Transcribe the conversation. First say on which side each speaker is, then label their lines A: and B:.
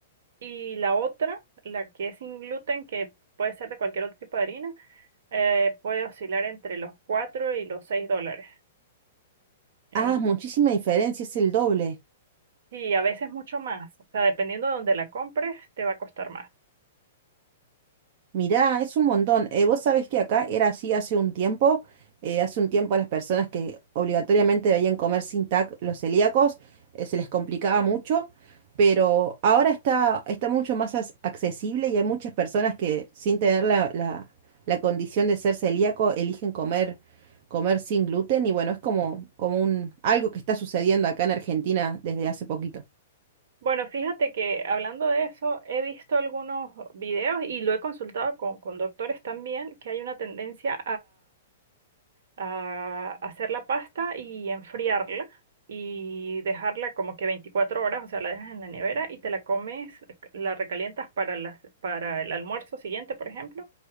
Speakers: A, on the right; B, on the right.
A: y la otra, la que es sin gluten, que puede ser de cualquier otro tipo de harina, eh, puede oscilar entre los 4 y los 6 dólares. En-
B: Ah, muchísima diferencia, es el doble.
A: sí, a veces mucho más. O sea, dependiendo de dónde la compres, te va a costar más.
B: Mirá, es un montón. Eh, vos sabés que acá era así hace un tiempo. eh, hace un tiempo a las personas que obligatoriamente debían comer sin TAC los celíacos, eh, se les complicaba mucho, pero ahora está, está mucho más as- accesible y hay muchas personas que sin tener la, la- la condición de ser celíaco eligen comer, comer sin gluten y bueno, es como, como un, algo que está sucediendo acá en Argentina desde hace poquito.
A: Bueno, fíjate que hablando de eso, he visto algunos videos y lo he consultado con, con doctores también, que hay una tendencia a hacer la pasta y enfriarla y dejarla como que 24 horas, o sea, la dejas en la nevera y te la comes, la recalientas para las, para el almuerzo siguiente, por ejemplo,